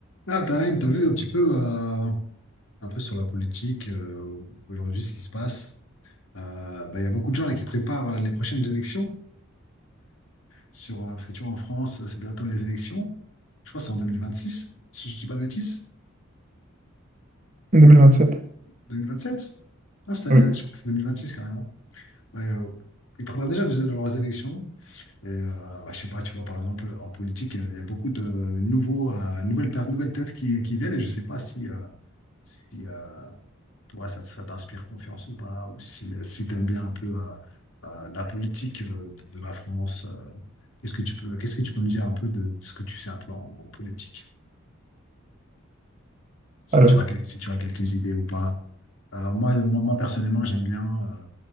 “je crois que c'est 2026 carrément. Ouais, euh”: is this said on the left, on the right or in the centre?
Left